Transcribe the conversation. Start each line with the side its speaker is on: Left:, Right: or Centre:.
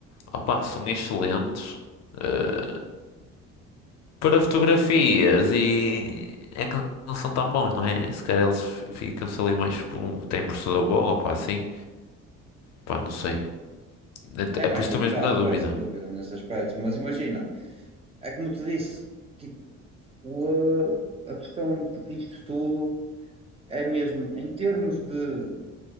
Left: opa, são excelentes. eh, para fotografias e é que não são tão bons, não é? Se calhar eles fi- ficam-se ali mais por um. Tem processador bom, ou pá, assim, pá, não sei. É
Right: É
Left: é
Right: mais
Left: por isso
Right: limitado,
Left: que estou mesmo na dúvida.
Right: é, sem dúvida, nesse aspecto. Mas imagina, é como te disse, tipo, ah, a questão disto tudo é mesmo, em termos de